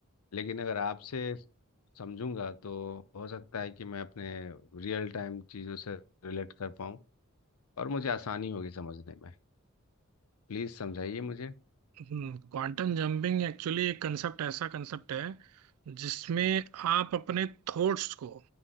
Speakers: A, on the left (about 85°); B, on the right (about 80°).
A: लेकिन अगर आपसे समझूंगा तो हो सकता है कि मैं अपने रियल टाइम चीज़ों से रिलेट कर पाऊँ और मुझे आसानी होगी समझने में प्लीज समझाइए मुझे
B: क्वांटम जंपिंग एक्चुअली एक कंसेप्ट ऐसा कंसेप्ट है जिसमें आप अपने थॉट्स को